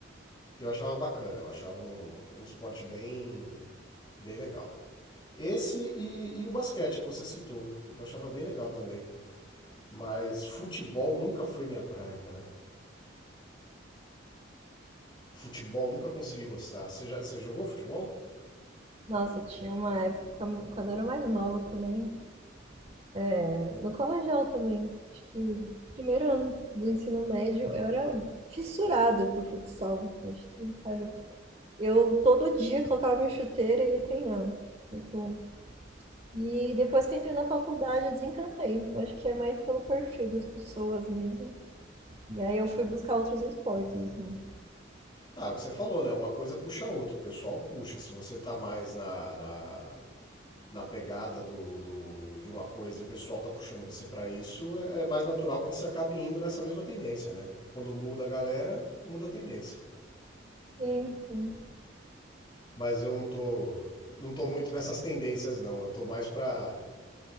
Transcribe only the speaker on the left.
eu achava bacana, eu achava um, um esporte bem, bem legal. Esse e, e o basquete que você citou, eu achava bem legal também. Mas futebol nunca foi minha praia, cara. Futebol nunca consegui gostar. Você, já, você jogou futebol?
Ah, é o que você falou, né? Uma coisa puxa a outra. O pessoal puxa. Se você tá mais na, na, na pegada do, do, de uma coisa e o pessoal tá puxando você para isso, é, é mais natural que você acabe indo nessa mesma tendência, né? Quando muda a galera, muda a tendência.
Mas eu não tô, não tô muito nessas tendências, não. Eu tô mais pra.